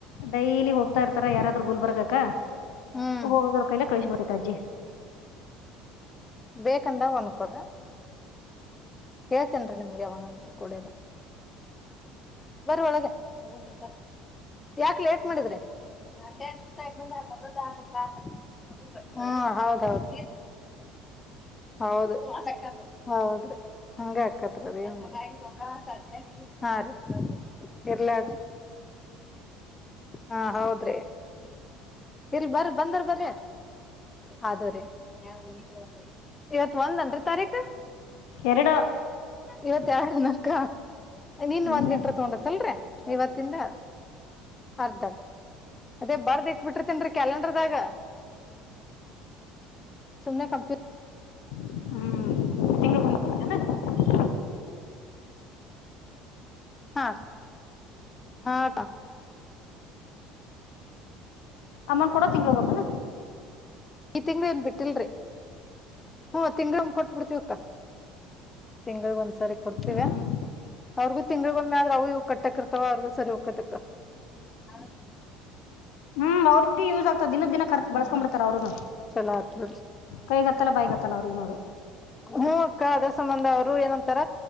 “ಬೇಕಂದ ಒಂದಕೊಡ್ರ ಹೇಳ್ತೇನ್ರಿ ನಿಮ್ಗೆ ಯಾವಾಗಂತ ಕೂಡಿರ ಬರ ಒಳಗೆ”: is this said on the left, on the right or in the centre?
Left